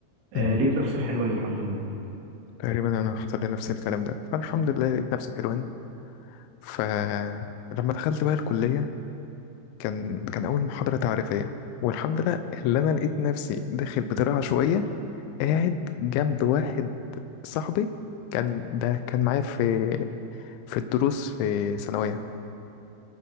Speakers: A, on the right (about 80°); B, on the left (about 80°).
A: آه
B: مم.
A: لقيت نفسي في حلوان الحمد لله
B: تقريبا انا حصل لي نفس الكلام ده فالحمد لله لقيت نفسي حلوان فلما دخلت بقى الكليه كان كان اول محاضره تعريفيه والحمد لله اللي انا لقيت نفسي داخل بطريقه عشوائيه قاعد جنب واحد صاحبي كان ده كان معايا في في الدروس في ثانويه